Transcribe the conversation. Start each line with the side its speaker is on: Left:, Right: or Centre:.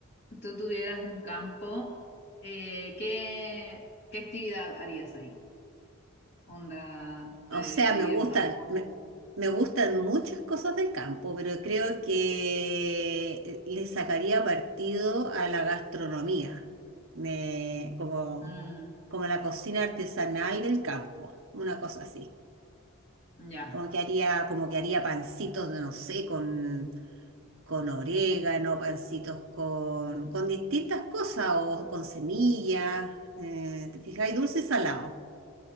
Left: tú tuvieras un campo, eh, ¿qué, qué actividad harías ahí? ¿Onda te
Right: O
Left: dedicarías
Right: sea, me gustan,
Left: más con...?
Right: me, me gustan muchas cosas del campo, pero creo que eh, le sacaría partido a la gastronomía, me, como,
Left: Mm,
Right: como la cocina artesanal del campo, una cosa así.
Left: ya,
Right: Como que haría, como que haría pancitos, no sé, con, con orégano, pancitos con, con distintas cosas o con semillas, eh, te fijas, y dulce y salado.